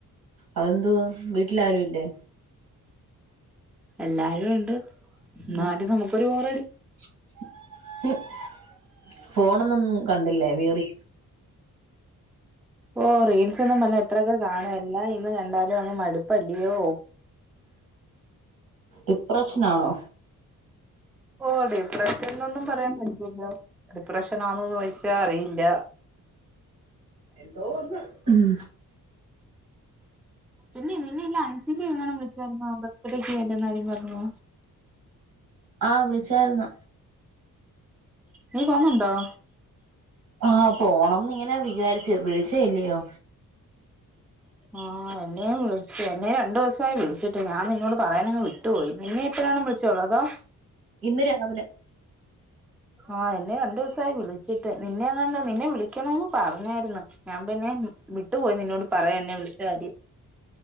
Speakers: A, on the right; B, in the centre.
A: അതെന്ത് വാ വീട്ടിൽ ആരും ഇല്ലേ ആഹ്
B: എല്ലാരും ഉണ്ട് എന്നാലും നമുക്കൊരു
A: <unintelligible>
B: ബോറടി
A: ഫോണൊന്നൊന്നും കണ്ടില്ലേ <unintelligible>
B: ഓ റിൽസ് <unintelligible> ഇത്രൊക്കെ കാണും എല്ലാം ഇന്ന് കണ്ടാലും അങ്ങ് മടുപ്പല്ലയോ
A: ഡിപ്രഷനാണോ
B: ഓ ഡിപ്രഷൻ ഒന്നും പറയാൻ പറ്റില്ല ഡിപ്രഷനാണോന്ന് ചോദിച്ചാ അറിയില്ല
A: എന്തോ ഒന്ന് <unintelligible>
B: പിന്നെ നിന്നെ ഇല്ല അഞ്ചിലങ്ങനെ വിളിച്ചരുന്നോ ബർത്ത്ഡേക്ക് അല്ലന്ന് കാര്യ പറഞ്ഞോ
A: ആഹ് വിളിച്ചാരുന്നു
B: നീ പോന്നുണ്ടോ
A: ആഹ് പോണംന്ന് ഇങ്ങനെ വിചാരിച്ചോ വിളിച്ചേ അല്ലയോ
B: ആഹ് എന്നെയും വിളിച്ചു എന്നെയ രണ്ടു ദിവസം ആയി വിളിച്ചിട്ട് ഞാൻ നിന്നോട് പറയാനങ്ങ് വിട്ടുപോയി നിന്നെ എപ്പോഴാണ് വിളിച്ചോള്ള അതോ
A: ഇന്ന് രാവിലെ
B: ആഹ് എന്നെ രണ്ടു ദിവസായി വിളിച്ചിട്ട് നിന്നെ അങ്ങ നിന്നെ വിളിക്കണന്ന് പറഞ്ഞായിന്ന് ഞാൻ പിന്നെ വിട്ടു പോയി നിന്നോട് പറയാ എന്നെ വിളിച്ച കാര്യം